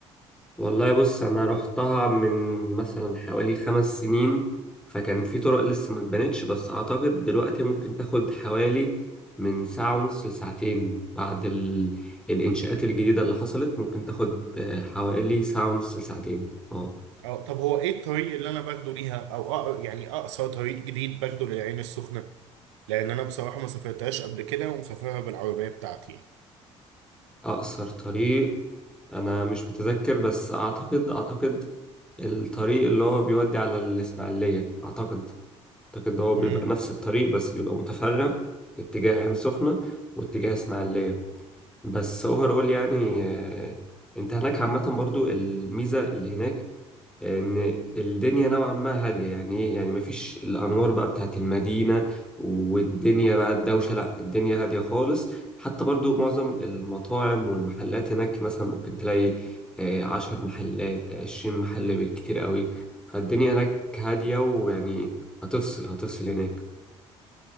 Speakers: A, in the centre; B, on the right.
A: والله بص انا رحتها من مثلا حوالي خمس سنين فكان في طرق لسه ما اتبنتش بس اعتقد دلوقتي ممكن تاخد حوالي من ساعة ونص لساعتين بعد ال... الانشاءات الجديدة اللي حصلت ممكن تاخد آه، حوالي ساعة ونص لساعتين اه
B: اه طب هو ايه الطريق اللي انا باخده ليها او أقر... يعني اقصر طريق جديد باخده للعين السخنه لان انا بصراحه ما سافرتهاش قبل كده ومسافرها بالعربيه بتاعتي يعني.
A: اقصر طريق انا مش متذكر بس اعتقد اعتقد الطريق اللي هو بيودي على الاسماعيلية اعتقد اعتقد هو بيبقى
B: امم
A: نفس الطريق بس بيبقى متفرع اتجاه عين سخنة واتجاه اسماعيلية بس اوفرول يعني آه، انت هناك عامة برضو الميزة اللي هناك ان الدنيا نوعا ما هادية يعني ايه يعني مفيش الانوار بقى بتاعت المدينة والدنيا بقى الدوشة لا الدنيا هادية خالص حتى برضو معظم المطاعم والمحلات هناك مثلا ممكن تلاقي آه، عشر محلات عشرين محل بالكتير قوي فالدنيا هناك هادية ويعني هتفصل هتفصل هناك